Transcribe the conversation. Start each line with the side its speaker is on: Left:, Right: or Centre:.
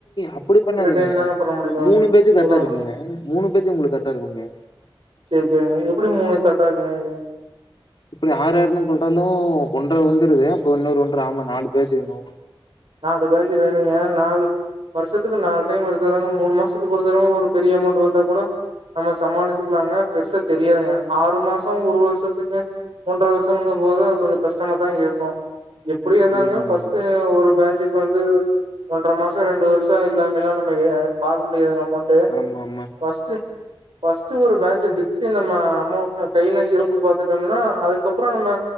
Left: அப்டி பண்ணாதீங்க
Right: டைம் தாங்க பண்ண முடியும்.
Left: மூணு பேஜூ கரெக்டா
Right: சொல்லுங்க.
Left: இருக்குங்க மூணு பேஜு உங்களுக்கு கரெக்டா இருக்குங்க
Right: சேர் சேரிங்க எப்டி மூணு கரெக் டா இருக்குங்கிறீங்க
Left: இப்டி ஆறு ஆறுனு போட்டாலு ஒன்ற வந்துடுது அப்ப இன்னொரு ஒன்ற ஆமா நாலு பேஜு வேணு
Right: நாலு பேஜூ வேணுங்க நாலு வருஷோத்துக்கு நாலு டைம் எடுத்தாதாங்க மூணு மாசத்துக்கு ஒரு தடவ ஒரு பெரிய அமௌண்ட் வந்தா கூட நம்ம சமாளிச்சுக்கலாங்க பெருசா தெரியாதுங்க ஆறு மாசோ ஒரு வருஷத்துக்கு ஒன்ற வருஷோம்ங்க போது அது கொஞ்சோ கஷ்டமா தா இருக்கு எப்டி இருந்தாலுமே
Left: ம்
Right: ஃபர்ஸ்ட் ஒரு பேஜூக்கு வந்து ஒன்ற மாசோ ரெண்டு வருஷோ இல்லாமில்லா நம்ம பாக்க முடியாதுங்க அமௌண் ட்டு
Left: ஆமாமா ஆமா
Right: ஃபர்ஸ்டு ஃபர்ஸ்டு ஒரு பேஜூ வித்து நம்ம அமௌ கையில இருப்பு பாத்துட்டோம்னா அதுக்கப்றோ நம்ம